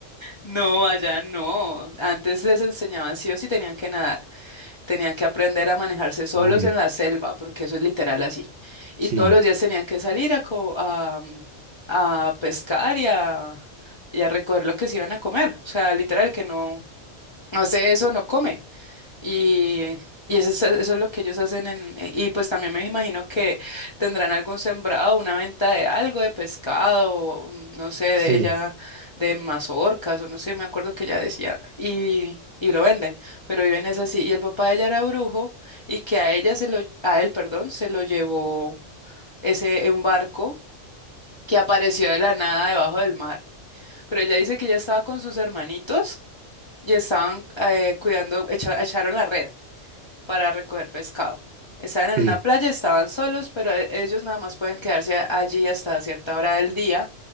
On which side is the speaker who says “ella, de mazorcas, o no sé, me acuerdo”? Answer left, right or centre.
Left